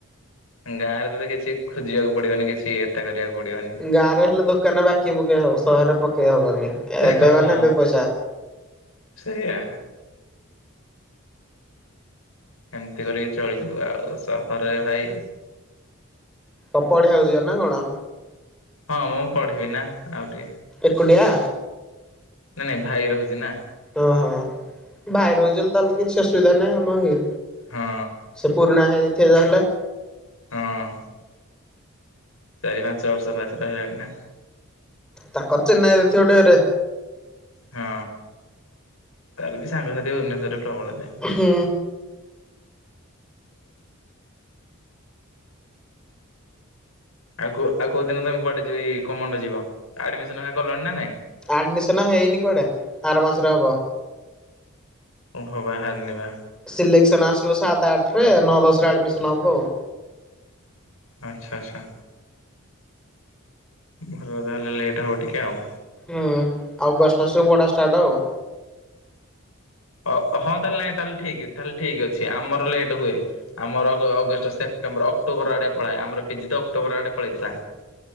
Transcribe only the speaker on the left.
ଗାଁ ରେ ତତେ କିଛି ଖୋଜିବାକୁ ପଡିବନି କିଛି ଏତା କରିବାକୁ ପଡିବନି।
ହଁ।
ସେଇଆ। ସେମତି କରିକି ଚଳିଯିବ ଆଉ ସହରରେ ଭାଇ
ହଁ ମୁଁ ପଢ଼ିବି ନା ଆଉ ଟିକେ
ନାଇଁ ନାଇଁ ଭାଇ ରହୁଛି ନା।
ହଁ
ହଁ‌। ଚାରି ପାଞ୍ଚ ବର୍ଷ ହେଲା ସେ ରହିଲାଣି ନା।
ହଁ ତାର ବି ସାଙ୍ଗସାଥି ଭୁବନେଶ୍ଵରରେ ପ୍ରବଳ ଯେ
ଆଉ ଆଉ କୋଉ ଦିନ ତମେ କୁଆଡେ ଯିବ ଆଡମିସନ କଲଣି ନା ନାଇଁ?
ଓହୋ ବାହାରିନିବା।
ଆଚ୍ଛା ଆଚ୍ଛା ଭଲ ତାହେଲେ ଲେଟ୍ ହବ ଟିକେ ଆଉ।
ଅ ହଁ ତାହେଲେ ନାଇଁ ତାହେଲେ ଠିକ ତାହେଲେ ଠିକ ଅଛି ଆମର ଲେଟ୍ ହୁଏ। ଆମର ଅଗ ଅଗଷ୍ଟ, ସେପ୍ଟେମ୍ବର, ଅକ୍ଟୋବର ଆଡେ ପଳାଏ ଆମର ପି ଜି ତ ଅକ୍ଟୋବର ଆଡେ ପଳେଇଥିଲା।